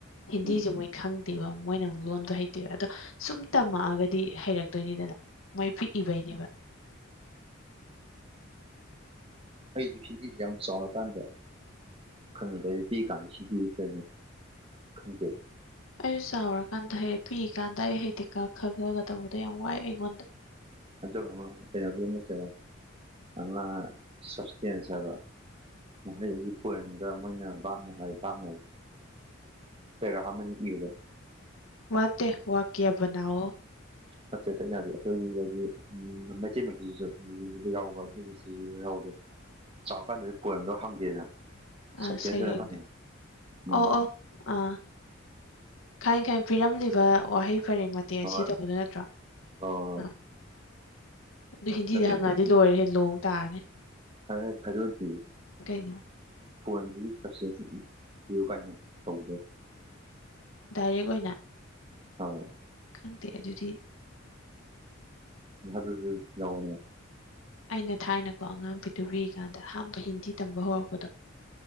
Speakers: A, on the left (about 80°); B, on the right (about 30°).
A: ꯍꯤꯟꯗꯤꯁꯦ
B: ꯎꯝ
A: ꯃꯣꯏ ꯈꯪꯗꯦꯕ ꯃꯣꯏꯅ ꯑꯃꯨꯛ ꯂꯣꯟꯗꯣ ꯍꯩꯇꯦꯕ ꯑꯗꯣ ꯁꯨꯝ ꯇꯝꯃꯛꯑꯒꯗꯤ ꯍꯩꯔꯛꯇꯣꯏꯅꯤꯗꯅ ꯃꯣꯏ ꯄꯤꯛꯏꯕꯩꯅꯦꯕ
B: ꯑꯩꯁꯦ ꯍꯤꯟꯗꯤꯁꯦ ꯌꯥꯝ ꯆꯥꯎꯉꯀꯥꯟꯗ ꯈꯪꯅꯤꯡꯗꯗꯤ ꯄꯤꯛ ꯀꯥꯟꯗ ꯍꯤꯟꯗꯤꯁꯦ ꯀꯩꯅꯣ ꯈꯪꯗꯦ
A: ꯑꯩꯁꯨ ꯆꯥꯎꯔꯀꯥꯟꯗ ꯍꯩ ꯄꯤꯛ ꯀꯥꯟꯗ ꯑꯩ ꯍꯥꯏꯩꯗꯤ ꯀ ꯈ ꯒ ꯒ ꯇꯧꯕꯗ ꯌꯥꯝ ꯋꯥꯏꯑꯦ ꯑꯩꯉꯣꯟꯗ
B: ꯑꯗꯨꯃ ꯑꯃꯨꯛ ꯀꯩꯅꯣꯗꯤ ꯑꯃꯨꯛꯀ ꯑꯃ ꯁꯕꯁꯇꯦꯟꯁ ꯍꯥꯏꯕ ꯃꯍꯩꯒꯤ ꯄꯣꯏꯝꯗ ꯃꯣꯏꯅ ꯆꯥꯕ ꯅ ꯍꯥꯏ ꯚꯥꯕ ꯁꯦ ꯔꯍꯃꯟ ꯏꯗ
A: ꯋꯥꯠꯇꯦ ꯋꯥꯀꯤꯌꯥꯕꯅꯥꯎ
B: ꯅꯠꯇꯦꯗ ꯑꯩꯅ ꯍꯥꯏꯗꯤ ꯑꯩꯈꯣꯏꯒꯤꯗꯤ ꯃꯩꯇꯩ ꯃꯌꯦꯛꯇꯖꯨ ꯌꯥꯎꯕ ꯗꯤꯝꯁ ꯇꯖꯨ ꯌꯥꯎꯗꯦ ꯆꯥꯎꯔꯀꯥꯟꯗꯗꯤ ꯄꯣꯏꯝꯗꯣ ꯍꯪꯗꯦꯅ ꯁꯕꯁꯇꯦꯟꯁ
A: ꯑꯥ ꯁꯩꯔꯦꯡꯗ
B: ꯑꯣꯏꯅ ꯍꯪꯉꯦ ꯎꯝ
A: ꯑꯣ ꯑꯣ ꯑꯥ ꯈꯥꯏ ꯈꯥꯏ ꯄꯤꯔꯝꯂꯤꯕ ꯋꯥꯍꯩ ꯄꯔꯦꯡ ꯇꯦ
B: ꯍꯣꯏ
A: ꯁꯤ ꯇꯧꯕꯗ ꯅꯠꯇ꯭ꯔꯣ
B: ꯑꯣ
A: ꯑꯥ ꯑꯗꯨ ꯍꯤꯟꯗꯤꯗ
B: ꯅꯠꯇꯦ
A: ꯍꯪꯉꯗꯤ ꯂꯣꯏꯔꯦ ꯂꯣꯡ ꯇꯥꯔꯅꯤ
B: ꯐꯔ ꯐꯔ ꯑꯣꯏꯗꯤ
A: ꯀꯩꯅꯣ
B: ꯄꯣꯏꯕꯒꯤ ꯆꯠꯁꯦꯌꯨ ꯀꯥꯏꯅ ꯇꯧꯖꯦ
A: ꯗꯥꯏꯔꯦꯛ ꯑꯣꯏꯅ
B: ꯍꯣꯏ
A: ꯈꯪꯗꯦ ꯑꯗꯨꯗꯤ
B: ꯗꯨꯁꯨ ꯌꯥꯎꯅꯦ
A: ꯑꯩꯅ ꯊꯥꯏꯅꯀꯣ ꯑꯉꯥꯡ ꯐꯤꯗꯨꯕꯤ ꯀꯥꯟꯗ ꯑꯍꯝꯕ ꯍꯤꯟꯗꯤ ꯇꯝꯕ ꯍꯧꯔꯛꯄꯗꯣ